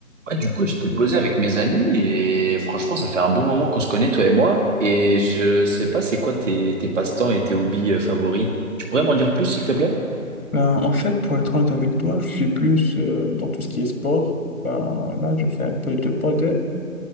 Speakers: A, on the right; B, on the left.
A: Ouais, du coup, j'étais posé avec mes amis et franchement, ça fait un bon moment qu'on se connaît, toi et moi. Et je sais pas, c'est quoi tes, tes passe-temps et tes hobbies euh, favoris? Tu pourrais m'en dire plus, s'il te plaît?
B: Ben, en fait, pour être honnête avec toi, je suis plus euh, dans tout ce qui est sport. Ben, là, je fais un peu de paddle.